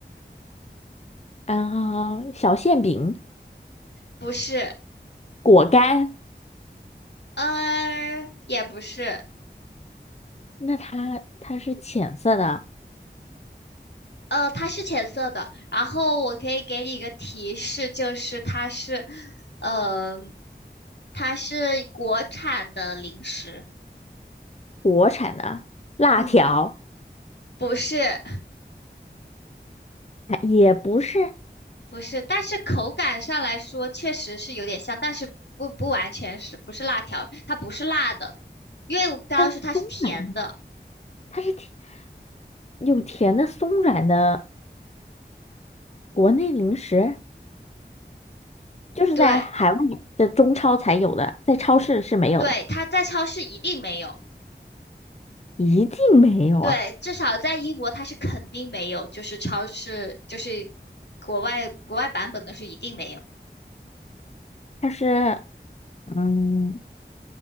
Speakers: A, on the left; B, on the left.
A: 然后小馅饼、
B: 不是，
A: 果干，
B: 呃，也不是，
A: 那它它是浅色的，
B: 呃，它是浅色的。然后我可以给你一个提示，就是它是，嗯，它是国产的零食。
A: 国产的辣条，
B: 嗯，不是。
A: 啊也不是，
B: 不是，但是口感上来说确实是有点像，但是不不完全是，不是辣条，它不是辣的，因为我刚刚说它是甜的，
A: 它是松软，它是甜有甜的松软的国内零食，就是在海外的中超才有的，
B: 对
A: 在超市是没有的，
B: 对，它在超市一定没有，
A: 一定没有啊！
B: 对，至少在英国它是肯定没有，就是超市就是国外国外版本的是一定没有。
A: 它是，嗯，